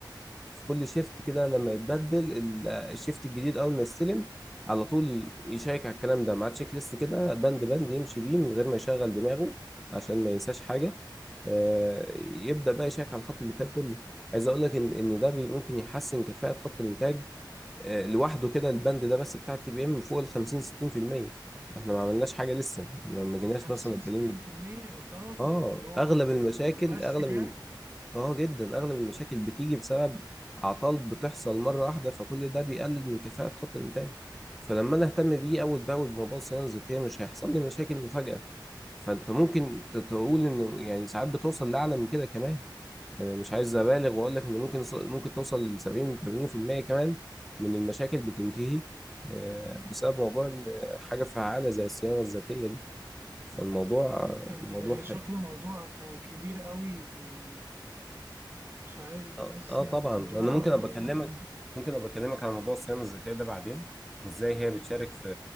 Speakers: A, in the centre; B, on the right (about 30°).
A: في كل شيفت كده لما يتبدل ال- الشيفت الجديد اول ما يستلم على طول ي- يشيك على الكلام ده مع تشيك ليست كده بند بند يمشي بيه من غير ما يشغل دماغه عشان ما ينساش حاجه آه، يبدا بقى يشيك على خط الانتاج كله عايز اقول لك ان ان ده بي- ممكن يحسن كفاءه خط الانتاج آه، لوحده كده البند ده بس بتاع تي بي ام فوق ال 50 60% احنا ما عملناش حاجه لسه يعني ما ما جيناش
B: 50
A: مثلا اتكلمنا
B: 60%
A: في-
B: للدرجة
A: اه
B: الموضوع
A: اغلب المشاكل
B: آه، مؤثر
A: اغلب
B: يعني
A: اه جدا اغلب المشاكل بتيجي بسبب اعطال بتحصل مره واحده فكل ده بيقلل من كفاءه خط الانتاج فلما انا اهتم بيه اول باول بموضوع الصيانه الذاتيه مش هيحصل لي مشاكل مفاجاه فانت ممكن ت- تقول انه يعني ساعات بتوصل لاعلى من كده كمان يعني مش عايز ابالغ واقول لك ان ممكن ص- ممكن توصل ل 70 و 80% كمان من المشاكل بتنتهي آه، بسبب موضوع إن حاجه فعاله زي الصيانه الذاتيه دي فالموضوع
B: يعني
A: موضوع
B: ده شكله موضوع آه، كبير قوي ويعني مش عارف
A: اه
B: حاسس
A: آه
B: إن
A: طبعا
B: الموضوع
A: انا ممكن ابقى
B: آه، يعني
A: اكلمك ممكن ابقى اكلمك على موضوع الصيانه الذاتيه ده بعدين وازاي هي بتشارك في